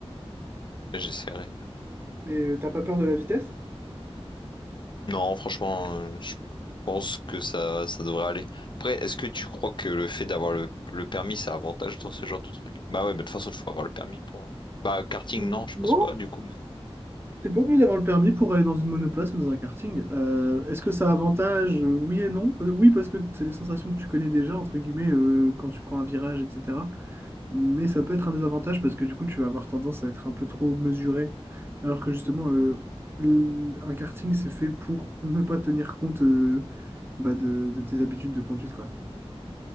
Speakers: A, on the left; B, on the right.
A: J'essaierai.
B: Et euh, t'as pas peur de la vitesse?
A: Non, franchement, euh, je pense que ça, ça devrait aller. Après, est-ce que tu crois que le fait d'avoir le, le permis, ça a avantage dans ce genre de truc? Bah ouais, mais de toute façon, il faut avoir le permis pour. euh, Bah, karting,
B: Mm,
A: non, je
B: Non.
A: pense pas, du coup, mais.
B: T'es pas obligé d'avoir le permis pour aller dans une monoplace ou dans un karting. Euh, est-ce que ça a avantage? Euh, Oui et non. Euh, oui, parce que c'est des sensations que tu connais déjà, entre guillemets, euh, quand tu prends un virage, etc. Mais ça peut être un désavantage parce que du coup, tu vas avoir tendance à être un peu trop mesuré. Alors que justement, euh, le- un karting, c'est fait pour <laughs> ne pas tenir compte euh, bah, de, de tes habitudes de conduite, quoi.